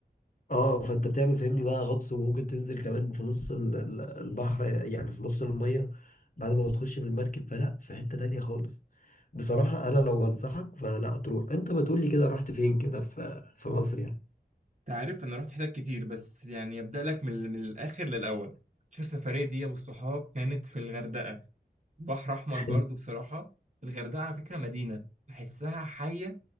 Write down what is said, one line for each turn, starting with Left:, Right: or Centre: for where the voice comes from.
Left: اه فانت بتعمل فاهمني بقى غطس وممكن تنزل كمان في نص ال- ال- البحر يعني في نص المية بعد ما بتخش بالمركب فلا في حتة تانية خالص بصراحة انا لو بنصحك فلا تروح انت ما تقولي كده رحت فين كده في في مصر يعني
Right: انت عارف انا رحت حتت كتير بس يعني ابدا لك من من الاخر للاول اخر سفريه دي والصحاب كانت في الغردقه بحر احمر
Left: حلو
Right: برضو بصراحه الغردقه على فكره مدينه بحسها حيه